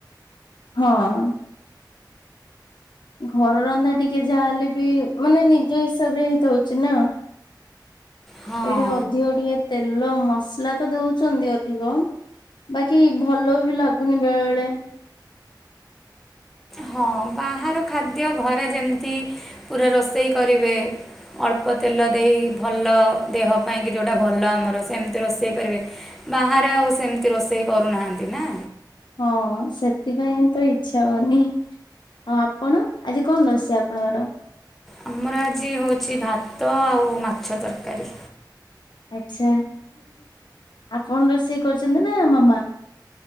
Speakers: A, on the left; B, in the centre.
A: ହଁ ଘର ରନ୍ଧା ଟିକେ ଯାହେଲେ ବି ମାନେ ନିଜ ହିସାବରେ ହେଇଥଉଛି ନା
B: ହଁ।
A: ଏଇଠି ଅଧିକ ଟିକେ ତେଲ ମସଲା ତ ଦଉଛନ୍ତି ଅଧିକ ବାକି ଭଲ ବି ଲାଗୁନି ବେଳେ ବେଳେ
B: ହଁ ବାହାର ଖାଦ୍ୟ ଘରେ ଯେମିତି ପୁରା ରୋଷେଇ କରିବେ ଅଳ୍ପ ତେଲ ଦେଇ ଭଲ ଦେହ ପାଇଁକି ଯେଉଟା ଭଲ ଆମର ସେମିତି ରୋଷେଇ କରିବେ ବାହାରେ ଆଉ ସେମିତି ରୋଷେଇ କରୁନାହାନ୍ତି ନା
A: ହଁ ସେଥିପାଇଁ ତ ଇଚ୍ଛା ହଉନି ହଉ ଆପଣ ଆଜି କଣ ରୋଷେଇ ଆପଣଙ୍କର
B: ଆମର ଆଜି ହେଉଛି ଭାତ ଆଉ ମାଛ ତରକାରୀ
A: ଆଛା ଆପଣ ରୋଷେଇ କରିଛନ୍ତି ନା ମାମା